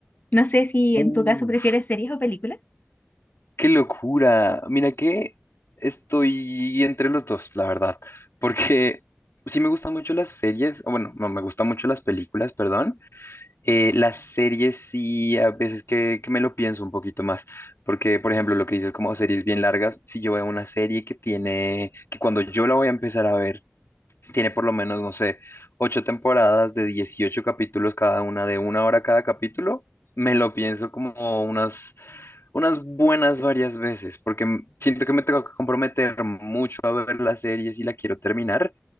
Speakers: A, on the left (about 45°); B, on the left (about 80°).
A: No sé si
B: Uh,
A: en tu caso prefieres series o películas.
B: qué locura. Mira que estoy entre los dos, la verdad, porque sí me gustan mucho las series, o bueno, no, me gustan mucho las películas, perdón. Eh, las series sí, a veces que, que me lo pienso un poquito más, porque, por ejemplo, lo que dices como series bien largas, si yo veo una serie que tiene, que cuando yo la voy a empezar a ver, tiene por lo menos, no sé, ocho temporadas de 18 capítulos cada una, de una hora cada capítulo. Me lo pienso como unas, unas buenas varias veces, porque m- siento que me tengo que comprometer mucho a ver la serie si la quiero terminar.